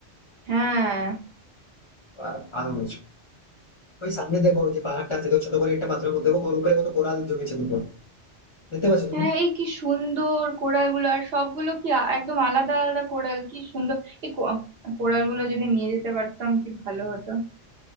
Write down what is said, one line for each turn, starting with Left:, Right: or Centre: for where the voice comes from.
Right: হ্যাঁ
Left: বাহ, ভালো বলছো ওই সামনে দেখো যে পাহাড়টা আছে দেখো ছোট করে একটা পাথরের মধ্যে দেখো ওর উপরে কত কোরাল জমেছে দেখো দেখতে পাচ্ছ তুমি
Right: হ্যাঁ এই কি সুন্দর কোরাল গুলো আর সবগুলো কি আ- একদম আলাদা আলাদা কোরাল কি সুন্দর এই কোরাল গুলো যদি নিয়ে যেতে পারতাম কি ভালো হতো